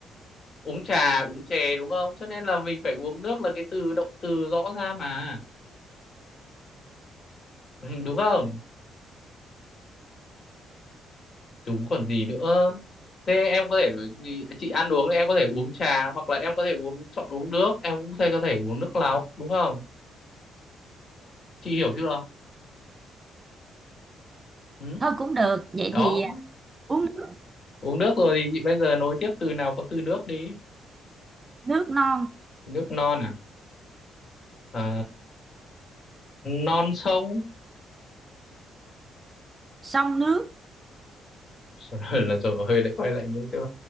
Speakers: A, on the left; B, on the right.
A: Uống trà, uống chè đúng không? Cho nên là mình phải uống nước là cái từ động từ rõ ra mà. Ừ, đúng không? Đúng còn gì nữa. Thế em có thể gì- chị ăn uống thì em có thể uống trà hoặc là em có thể uống chọn uống nước, em cũng có thể có thể uống nước lọc đúng không? Chị hiểu chưa? Ừ,
B: thôi cũng được vậy
A: đó.
B: thì à, uống nước,
A: uống nước rồi thì chị bây giờ nối tiếp từ nào có từ nước đi
B: nước non
A: nước non à Ờ, non sông
B: xong nước
A: <laughs> rồi là rồi hơi lại quay lại những cái